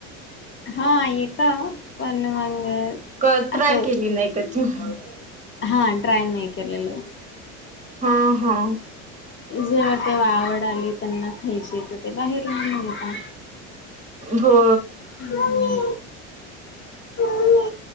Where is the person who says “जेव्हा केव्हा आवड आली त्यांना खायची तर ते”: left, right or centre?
Left